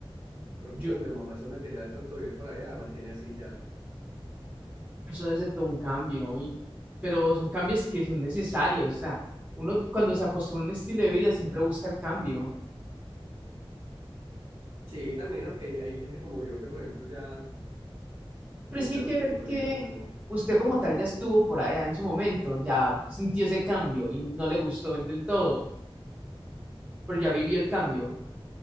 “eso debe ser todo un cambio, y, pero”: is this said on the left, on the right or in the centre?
Right